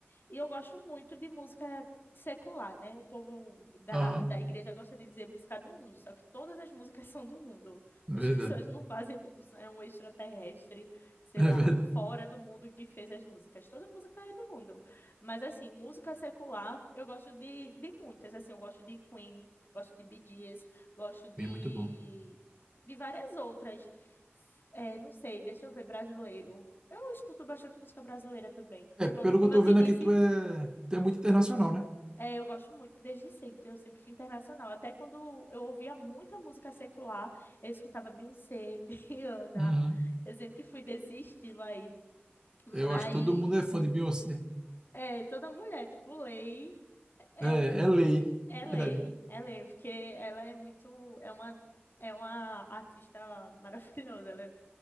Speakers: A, on the left; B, on the right.
A: E eu gosto muito de música secular, né? O povo da,
B: Aham,
A: da igreja gosta de dizer música do mundo, só que todas as músicas <laughs> são do mundo.
B: verdade.
A: As pessoas não fazem, tipo, é um extraterrestre, sei
B: <laughs> É
A: lá,
B: verdade.
A: fora do mundo que fez as músicas. Toda música é do mundo. Mas, assim, música secular, eu gosto de, de muitas, assim, eu gosto de Queen, gosto de Bee Gees. Gosto de,
B: É muito bom.
A: de várias outras. É, não sei, deixa eu ver, brasileiro. Eu escuto bastante música brasileira também.
B: É,
A: Pronto,
B: pelo
A: como
B: que eu
A: eu
B: tô
A: te
B: vendo
A: disse,
B: aqui, tu é, tu é muito internacional, né?
A: é, eu gosto muito desde sempre. Eu sempre fui internacional. Até quando eu ouvia muita música secular, eu escutava Beyoncé, <laughs> Rihanna.
B: Uhum.
A: Eu sempre fui desse estilo aí. Mas
B: Eu acho que todo mundo é fã de Beyoncé.
A: é, toda mulher, tipo, lei é,
B: É, é lei.
A: É
B: Verdade.
A: lei, é lei, porque ela é muito, é uma, é uma artista <laughs> maravilhosa, ela é-